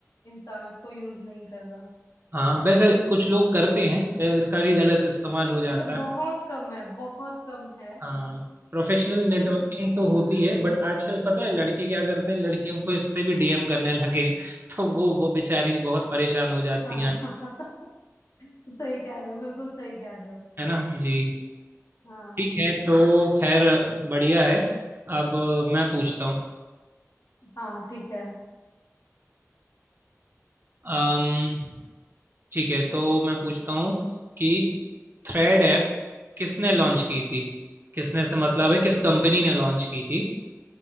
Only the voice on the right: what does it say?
हाँ वैसे कुछ लोग करते
हैं
अ, इसका भी गलत इस्तेमाल हो जाता
है
हाँ प्रोफेशनल नेटवर्किंग
तो होती है बट आजकल पता है लड़के क्या करते हैं लड़कियों को इससे भी डीएम करने लगे <laughs> हैं। तो वो वो बेचारी बहुत परेशान हो जाती
हैं
है ना जी
ठीक है तो खैर बढ़िया है अब मैं पूछता हूँ
अम्म ठीक है तो मैं पूछता हूँ कि थ्रेड ऐप किसने लॉन्च की थी किसने से मतलब है किस कंपनी ने लॉन्च की थी